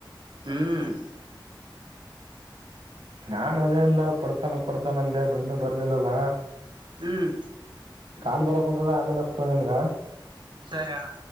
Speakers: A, on the right; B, on the right.
A: ಹ್ಮ್
B: ನಾನ್ ಅದೇ ಅಂದ ಕೊಡ್ತಾನ ಕೊಡ್ತಾನ ಅಂದೆ ಬಿನ್ನು ಬರ್ಲಿಲ್ಲಲ್ಲ
A: ಹ್ಮ್
B: ಕಾಲ್ ಬರಕ ಕುಂಂತದ ಆಮೇಲೆ ಅಸ್ತ ನಿನ್ಗ
A: ಸರಿ ಅಣ್ಣ